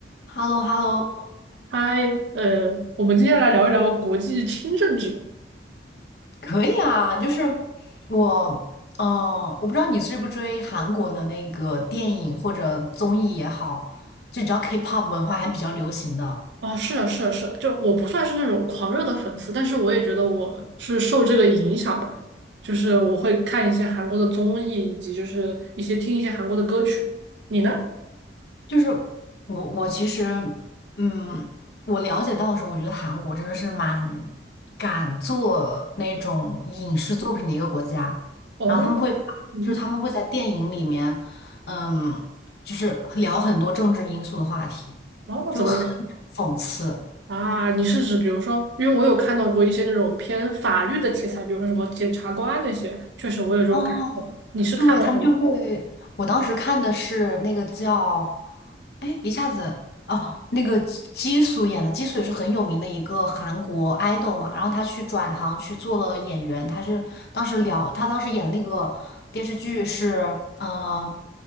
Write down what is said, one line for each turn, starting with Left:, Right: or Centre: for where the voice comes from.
Left: h e l l o h e l l o
Right: 嗨，呃，我们今天来聊一聊国际轻政治吧。
Left: 可以啊，就是我，嗯，我不知道你追不追韩国的那个电影或者综艺也好，就你知道 K-pop 文化还比较流行的，
Right: 啊，是啊，是啊，是啊，就我不算是那种狂热的粉丝，但是我也觉得我是受这个影响吧，就是我会看一些韩国的综艺，以及就是一些听一些韩国的歌曲。你呢？
Left: 就是我我其实，嗯，我了解到的时候，我觉得韩国真的是蛮敢做那种影视作品的一个国家，
Right: 哦，
Left: 然后他们会把就是他们会在电影里面，
Right: 你呢？
Left: 嗯，就是聊很多政治因素的话题，
Right: 哦，
Left: 就很
Right: 怎么讲
Left: 讽刺。
Right: 啊？你是指比如说，因为我有看到过一些那种偏法律的题材，比如说什么检察官那些，确实我有这种感受。
Left: 哦，
Right: 你是看了什么？
Left: 对，他们就会，我当时看的是那个叫，哎，一下子哦，那个基基素演的，基素也是很有名的一个韩国 idol 嘛，然后他去转行去做了演员，他是当时聊，他当时演的那个电视剧是，呃